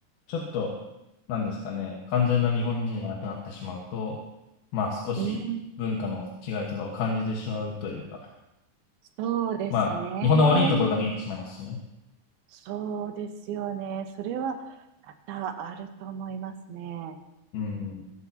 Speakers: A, on the left (about 80°); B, on the right (about 85°).
A: ちょっと、なんですかね、完全な日本人じゃなくなってしまうと、まあ少し文化の違いとかを感じてしまうというか、
B: うん、そうですね。
A: まあ、日本の悪いところが見えてしまいますよね。
B: そうですよね。それは多々あると思いますね。
A: うん。